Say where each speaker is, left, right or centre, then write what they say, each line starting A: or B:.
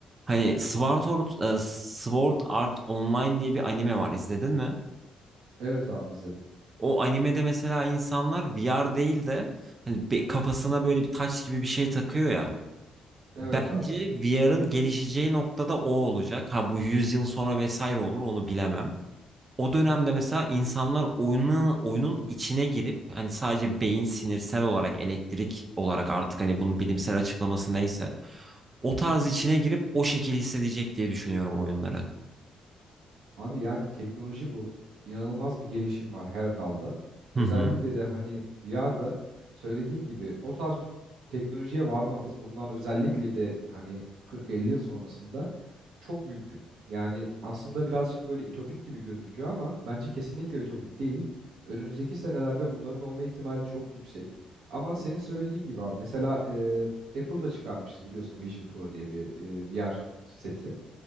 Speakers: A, on the right (about 30°); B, on the right (about 85°).
A: Hani Sword Art, e, Sword Art Online diye bir anime var izledin mi?
B: Evet abi izledim.
A: O animede mesela insanlar VR değil de hani bir kafasına böyle bir taç gibi bir şey takıyor ya.
B: Evet
A: Bence
B: abi.
A: VR'ın gelişeceği noktada o olacak. Ha bu 100 yıl sonra vesaire olur onu bilemem. O dönemde mesela insanlar oyunun, oyunun içine girip hani sadece beyin sinirsel olarak elektrik olarak artık hani bunun bilimsel açıklaması neyse o tarz içine girip o şekilde hissedecek diye düşünüyorum oyunları.
B: Abi yani teknoloji bu. İnanılmaz bir gelişim var her dalda. Özellikle
A: Hı hı.
B: de hani VR'da söylediğin gibi o tarz bir teknolojiye varmamız bundan özellikle de hani 40-50 yıl sonrasında çok mümkün. Yani aslında birazcık böyle ütopik gibi gözüküyor ama bence kesinlikle ütopik değil. Önümüzdeki senelerde bunların olma ihtimali çok yüksek. Ama senin söylediğin gibi abi mesela e, Apple da çıkarmıştı biliyorsun Vision Pro diye bir e, VR seti.